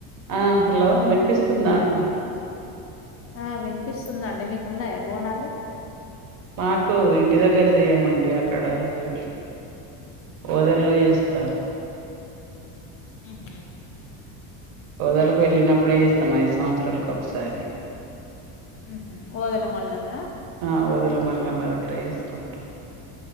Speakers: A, on the right; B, on the left.
A: ఆ హలో వినిపిస్తుందా అండి
B: ఆ వినిపిస్తుందా అండి మీకున్నాయా బోనాలు
A: మాకు ఇంటి దగ్గర చేయమండి అక్కడ అది ఓదల్లో చేస్తాము
B: ఉ హు
A: పోదల వెళ్ళినప్పుడే ఎస్తాం ఐదు సంవత్సాలకు సరి
B: ఉహు ఓదల మల్లన్న
A: ఆ ఓదల మల్లన్న దగ్గర వేసుకుంటాం